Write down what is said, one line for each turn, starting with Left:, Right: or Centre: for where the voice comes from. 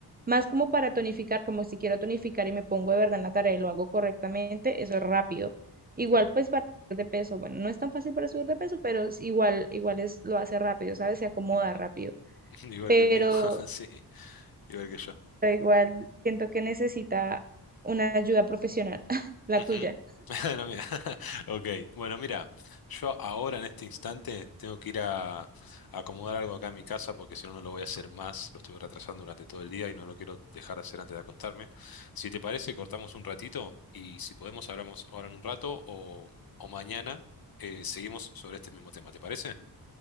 Right: más como para tonificar, como si quiero tonificar y me pongo de verdad en la tarea y lo hago correctamente, eso es rápido. Igual
Left: sí.
Right: pues para subir de peso, bueno, no es tan fácil para subir de peso, pero es igual, igual es, lo hace rápido, ¿sabes? Se acomoda
Left: Ujú.
Right: rápido.
Left: <laughs> Igual
Right: Pero,
Left: que el mío, <laughs> sí. Igual que yo.
Right: pero igual siento que necesita una ayuda profesional, <laughs> la
Left: Ujú.
Right: tuya.
Left: <laughs> No, mira. <laughs> Ok, bueno, mira, yo ahora en este instante tengo que ir a, a acomodar algo acá en mi casa porque si no, no lo voy a hacer más. Lo estuve retrasando durante todo el día y no lo quiero dejar de hacer antes de acostarme. Si te parece, cortamos un ratito y si podemos, hablamos ahora en un rato o, o mañana eh, seguimos sobre este mismo tema. ¿Te parece?